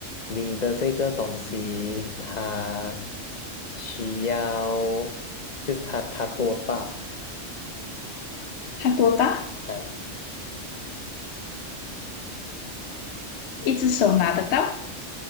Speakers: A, on the left (about 35°); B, on the left (about 65°).
A: 你的这个东西，它需要，就是它它多大
B: 它多大？
A: 啊
B: 一只手拿得到。